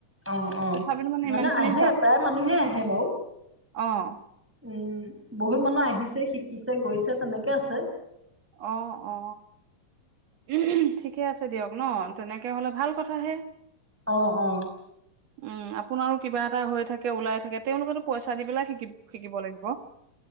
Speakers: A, in the centre; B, on the right.
A: অ অ
B: তথাপিতো
A: মানে
B: ইমান খিনি
A: আহে প্ৰায় মানুহে আহে বাৰু
B: অঁ
A: উম, বহুত মানুহ আহিছে, শিকিছে, গৈছে তেনেকে আছে।
B: অ অ <unintelligible> ঠিকে আছে দিয়ক ন তেনেকে হ'লে ভাল কথাহে।
A: অ অ।
B: উম আপোনাৰো কিবা এটা হৈ থাকে ওলাই থাকে তেওঁলোকেতো পইচা পেলাই শিকি শিকিব লাগিব ব